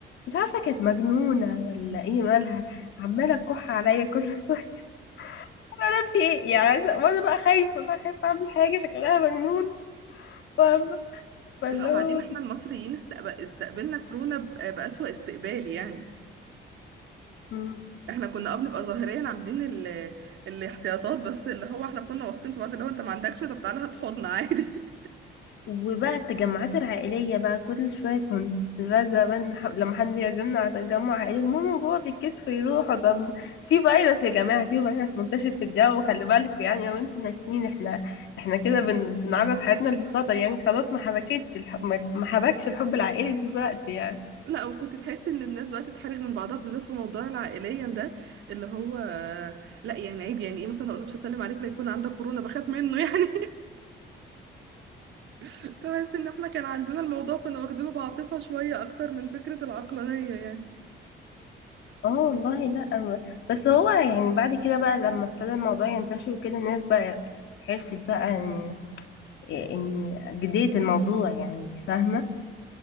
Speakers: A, on the left; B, on the right.
A: مش عارفه كانت مجنونه ولا ايه مالها عماله تكح عليا كل شويه <laughs> انا في ايه يعني عايزه وانا بقى خايفه بقى خايفه اعمل حاجه شكلها مجنون فاهمه فاللي
B: لا وبعدين
A: هو
B: احنا المصريين استقب... استقبلنا كورونا ب... بأسوأ استقبال يعني
A: مم.
B: احنا كنا اه بنبقى ظاهريا عاملين ال... الاحتياطات بس اللي هو احنا كنا واثقين في بعض اللي هو انت ما عندكش طب تعالى هات حضن عادي
A: وبقى التجمعات العائلية بقى كل شوية كنت بزهق بقى إن ح- لما حد يعزمنا على تجمع عائلي ماما وبابا بيتكسفوا يروحوا طب في فيروس يا جماعة في فيروس منتشر في الجو خلي بالكوا يعني لو انتوا ناسيين احنا احنا كده بن... بنعرض حياتنا للخطر يعني خلاص ما حبكتش الح... ما ما حبكش الحب العائلي دلوقتي يعني
B: <laughs> لا وكنت تحسي ان الناس بقى تتحرج من بعضها بالذات في موضوع العائليا ده اللي هو لا يعني عيب يعني ايه مثلا اقول له مش هسلم عليك لا يكون عندك كورونا بخاف منه يعني <laughs> تحس ان احنا كان عندنا الموضوع كنا واخدينه بعاطفة شوية اكتر من فكرة العقلانية يعني
A: اه والله لا ما- بس هو يعني بعد كده بقى لما ابتدى الموضوع ينتشر وكده الناس بقى عرفت بقى ان ان جدية الموضوع يعني انت فاهمة